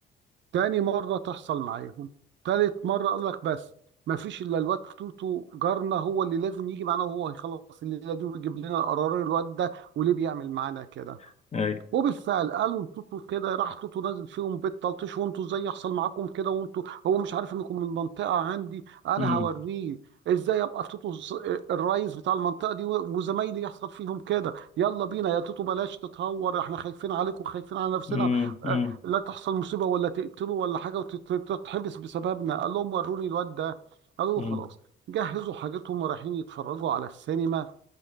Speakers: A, on the right; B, on the left.
A: تاني مرة تحصل معاهم تالت مرة قال لك بس ما فيش إلا الواد توتو جارنا هو اللي لازم يجي معانا وهو هيخلص الليلة دي ويجيب لنا قرار الواد ده وليه بيعمل معانا كده
B: <laughs> اي
A: وبالفعل قالوا لتوتو كده راح توتو نازل فيهم بيت تلطيش وانتوا ازاي يحصل معاكم كده وانتوا هو مش عارف انكم من المنطقه عندي انا
B: امم
A: هوريه ازاي ابقى في توتو الز- الرئيس بتاع المنطقه دي و- وزمايلي يحصل فيهم كده يلا بينا يا توتو بلاش تتهور احنا خايفين عليكم خايفين على نفسنا
B: امم
A: اه، لا تحصل مصيبه ولا تقتلوا ولا حاجه وتتحبس بسببنا قال لهم وروني الواد ده قالوا له
B: امم
A: خلاص جهزوا حاجتهم ورايحين يتفرجوا على السينما